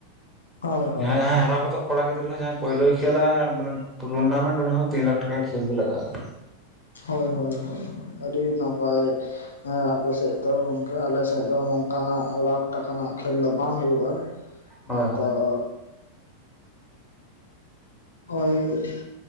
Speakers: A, on the left; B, in the centre.
A: ᱦᱳᱭ ᱦᱳᱭ
B: ᱡᱟᱦᱟᱸᱭ ᱡᱟᱦᱟᱸᱭ ᱦᱟᱨᱟ ᱜᱚᱫᱚᱜ ᱠᱚᱲᱟ ᱜᱤᱫᱽᱨᱟᱹ ᱦᱚᱸ ᱡᱟᱦᱟᱸᱭ ᱯᱳᱭᱞᱳᱭ ᱠᱷᱮᱞᱟ ᱢᱟᱱᱮ ᱴᱩᱨᱱᱟᱢᱮᱱᱴ ᱩᱱᱤ ᱦᱚᱸ ᱛᱤᱱ ᱞᱟᱠᱷ ᱴᱟᱠᱟ ᱠᱷᱮᱞ ᱜᱮ ᱞᱟᱜᱟᱣᱮᱭᱟ᱾
A: ᱦᱳᱭ ᱦᱳᱭ ᱟᱹᱰᱤ ᱱᱟᱯᱟᱭ ᱦᱮᱸ ᱟᱯᱮ ᱥᱮᱫ ᱫᱚ ᱜᱚᱝᱠᱮ ᱟᱞᱮ ᱥᱮᱫ ᱫᱚ ᱱᱚ ᱼᱝ ᱠᱟᱱ-ᱟᱜ ᱞᱟᱠᱷ ᱴᱟᱠᱟ ᱱᱟᱜ ᱠᱷᱮᱞ ᱫᱚ ᱵᱟᱝ ᱦᱩᱭᱩᱜᱼᱟ
B: ᱦᱳᱭ
A: ᱛᱚ
B: ᱦᱳᱭ
A: <inaudible> ᱦᱳᱭ